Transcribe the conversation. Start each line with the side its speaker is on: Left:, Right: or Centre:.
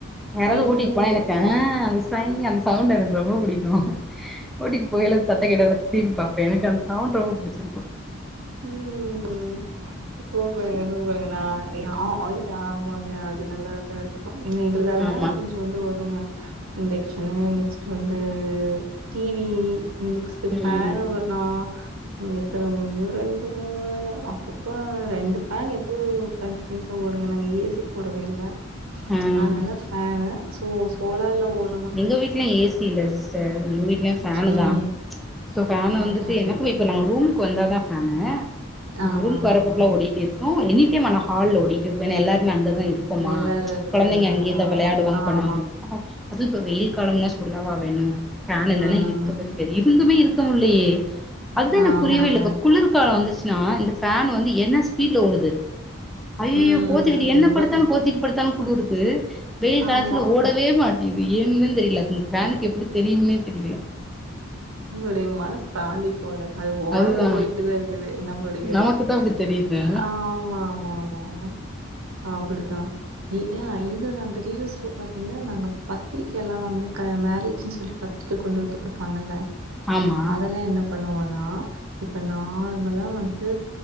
Centre: யாராவ்து
Right: சொய்யின்னு
Centre: ஓட்டிட்டு போனா எனக்கு
Right: கேட்கும்.
Centre: ஆ சைங் அந்த சவுண்டு எனக்கு ரொம்ப புடிக்கு ஓட்டிட்டு போயல்ல சத்தோ கேட்டா நா திரும்பி பாப் பே எனக்கு அந்த சவுண்டு ரொம்ப புடிச்சுருக்கு
Right: ம் சூப்பர்ங்க சூப்பர்ங்க நா எ ஆ அய்ங் ஆமாங்க அது நல்லாதா இருக்கு எங்கள்து அதனால
Centre: ஆமா
Right: கொஞ் இது வந்து வருங்க இண்டக்ஷனு நெக்ஸ்ட் வந்து டி வி நெக்ஸ்ட் ஃபேனு
Centre: ம்
Right: ஒரு நா ம் எத்தன ஒன்னு ரெண் மூணு அப்பப்ப ரெண்டு ஃபேனு எப்போவு கன்டினியூஸா ஓடுங்க நாங்க ஏ சி போடவே இல்ல
Centre: ம்
Right: அதனால ஃபேனு சோ சோலார்ல ஓடு
Centre: எங்க வீட்ல ஏ சி இல்ல சிஸ்டர் எங்க வீட்லையு ஃபேனுதா
Right: ம்.
Centre: சோ ஃபேன் வந்துட்டு
Right: ஓகே, ஓகே,
Centre: எனக்கு
Right: ஓகே.
Centre: இப்ப நாங்க ரூம் க்கு வந்தாதா ஃபேனு ஆ
Right: ஆமா,
Centre: ரூம்க்கு
Right: ஆமா,
Centre: வர்றப்போ
Right: ஆமா.
Centre: ஃபுல்லா ஓடிட்டே இருக் கு எனிடைம் ஆனா ஹால்ல ஓடிட்டே இருக்கு ஏனா எல்லாருமே அங்கதா இருப் போமா
Right: எல்லாரும் இருக்கிறதுனால.
Centre: கொழந்தைங்க அங்கேதா
Right: ஆமா,
Centre: விளையாடுவாங்க
Right: ஆமா.
Centre: பண்ணுவாங்க அது இப்போ வெயில் காலம்னி சொல்லவா வேணு ஃபேன் இல்லன்னா
Right: ம்.
Centre: இருக்கவே மு செரி இருந்துமே இருக்க முல்லையே அதுதா எனக்கு
Right: ஆமாங்க.
Centre: புரியவே இல்லப்பா குளிர் க்காலோ வந்துச்சுன்னா இந்த ஃபேன் வந்து என்ன ஸ்பீடுல ஓடுது ஐய்யயோ
Right: ம்.
Centre: போத்திக்கிட்டு
Right: ரொம்ப
Centre: என்ன படுத்தாலு போத்திட்டு படுத்தாலு குளுருது வெயில் காலத்துல
Right: ஆமா.
Centre: ஓடவே மாட் இது ஏன்னு தெரியல அது இந்த ஃபேனுக்கு எப்டி தெரியும்னே தெரியல
Right: உங்களுடைய மன பிராந்திப் போல அது ஓடுது
Centre: அதுதா
Right: ஓடிக்கிட்டுதா இருக்குது நம்பளுடைய
Centre: நமக்கு தா அப்டி தெரியுது
Right: ஆமா மா மா மா அப்டிதா இ அ இன்னொன்னு அந்த ரிவூஸ்ல பாத்தீங்கன்னா நாங்க பத்திரிக்கை எல்லா வந்து மேரேஜ்ன்னு சொல்லி பத்தி கு கொண்டு வந்து குடுப்பாங்கல்ல
Centre: ஆமா
Right: அதெலா என்ன பண்ணுவோனா இப்ப நார்மலா வந்து